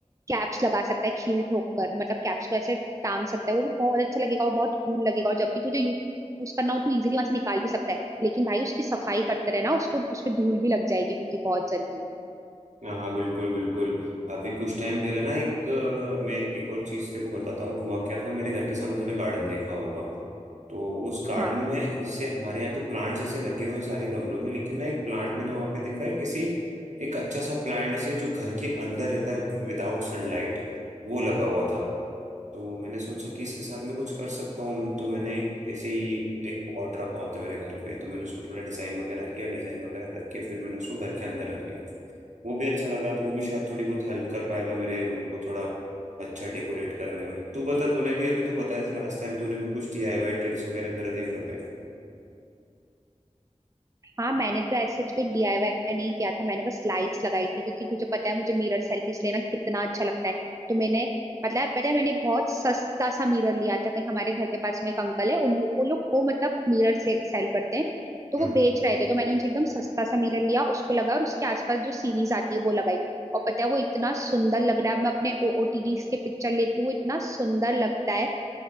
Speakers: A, on the right (about 25°); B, on the right (about 70°).
A: कैप्स लगा सकता है खील ठोक कर मतलब कैप्स को ऐसे टांग सकता है वो भी बहुत अच्छा लगेगा और बहुत कूल लगेगा और जब भी तुझे यूज करना हो तू इजीली वहां से निकाल भी सकता है लेकिन भाई उसकी सफाई करते रहना उसको उस पे धूल भी लग जाएगी क्योंकि बहुत जल्दी
B: हाँ हाँ बिल्कुल बिल्कुल अभी कुछ टाइम पहले ना एक अ, मैं एक, एक और चीज तेरे को बताता हूँ हुआ क्या था मेरे घर के सामने तूने गार्डन देखा होगा तो उस गार्डन
A: हाँ
B: में जैसे हमारे यहाँ तो प्लांट्स ऐसे लगे हुए हैं सारे गमलों में लेकिन ना एक प्लांट मैंने वहां पे देखा है किसी एक अच्छा सा प्लांट ऐसे जो घर के अंदर रहता है विदाउट सनलाइट वो लगा हुआ था तो मैंने सोचा कि इसके साथ मैं कुछ कर सकता हूँ मैं तो मैंने एक ऐसे ही एक पॉट रखा होता है मेरे घर पे तो मैंने उसको थोड़ा डिजाइन वगैरह किया डिजाइन वगैरह करके फिर मैंने उसको घर के अंदर रख लिया वो भी अच्छा लग रहा तो वो भी शायद थोड़ी बहुत हेल्प कर पाएगा मेरे रूम को थोड़ा अच्छा डेकोरेट करने में तू बता तूने भी अभी तू बताया थी लास्ट टाइम तूने भी कुछ डीआईवाई ट्रिक्स वगैरह करे थे घर पे
A: हाँ मैंने तो ऐसे कुछ डीआईवाई नहीं किया था मैंने बस लाइट्स लगाई थी क्योंकि तुझे पता है मुझे मिरर सेल्फीज लेना कितना अच्छा लगता है तो मैंने मतलब पता है मैंने बहुत सस्ता सा मिरर लिया था कहीं हमारे घर के पास में एक अंकल है उन उन लोग को मतलब मिरर से सेल करते हैं तो
B: हम्म
A: वो बेच रहे थे तो मैंने उनसे एकदम सस्ता सा मिरर लिया उसको लगा और उसके आसपास जो सीरीज आती है वो लगाई और पता है वो इतना सुंदर लग रहा है मैं अपने ओटीडी के पिक्चर लेती हूँ वो इतना सुंदर लगता है